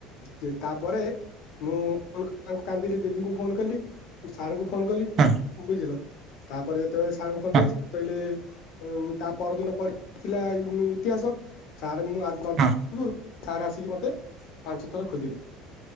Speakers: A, on the left (about 65°); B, on the right (about 45°).
A: ଯେ ତାପରେ ମୁଁ <inaudible> କାନ୍ଦିଲି ଦିଦିଙ୍କୁ ଫୋନ୍ କଲି ସାର୍ ଙ୍କୁ ଫୋନ୍ କଲି
B: ହଁ
A: ବୁଝିଲ ତାପରେ ଯେତୋଳେ ସାର୍ ଙ୍କୁ
B: ହଁ
A: ଫୋନ୍ କଲି ସେ କହିଲେ ଏମ୍ ତା ପରଦିନ ପର ଥିଲା ଇମ୍ ଇତିହାସ ସାର୍ ମୁଁ ଆ ଜ
B: ହଁ ହଁ
A: ଗୁରୁ ସାର୍ ଆସିକି ମତେ ପାଞ୍ଚ ଥର ଖୋଜିଲେ